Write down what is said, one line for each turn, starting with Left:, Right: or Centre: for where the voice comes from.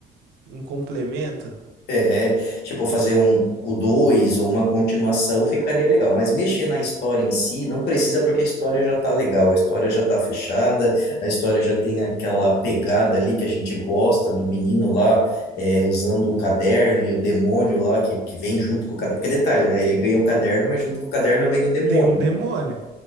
Right: um complemento.
Left: É, tipo, fazer um, o dois ou uma continuação ficaria legal, mas mexer na história em si não precisa porque a história já tá legal, a história já tá fechada, a história já tem aquela pegada ali que a gente gosta do menino lá é, usando o caderno e o demônio lá que, que vem junto com o caderno, porque detalhe, né? Ele ganha o caderno, mas junto com o caderno vem o demônio.
Right: Tem um demônio.